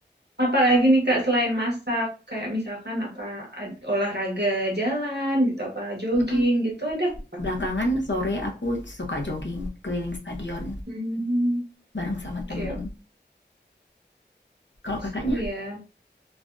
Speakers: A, on the right; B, on the left.
A: apalagi nih Kak selain masak kayak misalkan apa ad- olahraga jalan gitu apa jogging
B: Mhm,
A: gitu ada apa
B: belakangan
A: Kak?
B: sore aku suka jogging keliling stadion
A: Hmm,
B: bareng sama
A: Oke,
B: temen.
A: oke.
B: Kalau
A: Seru
B: Kakaknya?
A: ya.